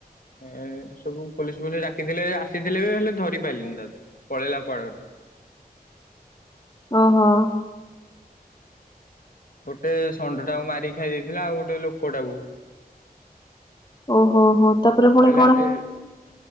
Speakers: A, on the left (about 65°); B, on the left (about 30°).
A: ଏ ସବୁ ପୋଲିସ୍, ଫୋଲି ସ୍ ଡାକିଥିଲେ ଆସିଥିଲେ ବି ହେଲେ ଧରି ପାରିଲେନି ତା ପଳେଇଲା କୁଆଡେ ଗୋଟେ।
B: ଓହୋ।
A: ଗୋଟେ ଷଣ୍ଢ ଟାକୁ ମାରି ଖାଇ ଦେଇେଇଥିଲା। ଆଉ ଗୋଟେ ଲୋକଟାକୁ।
B: ଓହୋ ହୋ ତାପରେ ପୁଣି
A: ହେଲା
B: କଣ
A: ଏ